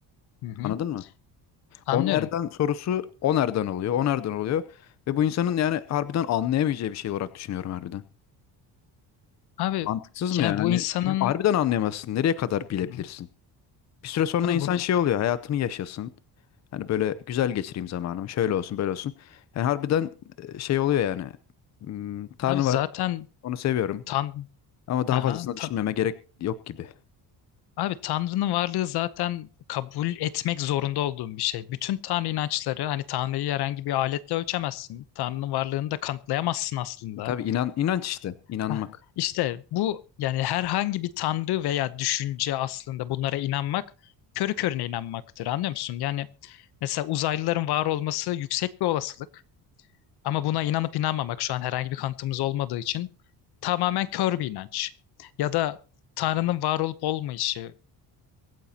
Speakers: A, on the left; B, on the left.
A: Hı hı.
B: Anladın mı?
A: Anlıyorum.
B: O nereden sorusu o nereden oluyor, o nereden oluyor. Ve bu insanın yani harbiden anlayamayacağı bir şey olarak düşünüyorum harbiden.
A: Abi
B: Mantıksız mı
A: yani
B: yani?
A: bu
B: Hani
A: insanın
B: çünkü harbiden anlayamazsın. Nereye kadar bilebilirsin?
A: Hı hı.
B: Bir süre sonra
A: abi
B: insan
A: bunu
B: şey oluyor, hayatını yaşasın. Hani böyle güzel geçireyim zamanımı, şöyle olsun, böyle olsun. Yani harbiden e, şey oluyor yani. Hmm, Tanrı
A: abi zaten
B: var, onu seviyorum.
A: tan
B: Ama daha
A: Aha,
B: fazlasını
A: ta-
B: düşünmeme gerek yok gibi.
A: abi Tanrı'nın varlığı zaten kabul etmek zorunda olduğum bir şey. Bütün Tanrı inançları hani Tanrı'yı herhangi bir aletle ölçemezsin. Tanrı'nın varlığını da kanıtlayamazsın aslında.
B: E tabii inan, inanç işte, inanmak.
A: Hah, İşte bu yani herhangi bir tanrı veya düşünce aslında bunlara inanmak körü körüne inanmaktır anlıyor musun? Yani mesela uzaylıların var olması yüksek bir olasılık ama buna inanıp inanmamak şu an herhangi bir kanıtımız olmadığı için tamamen kör bir inanç. Ya da tanrının var olup olmayışı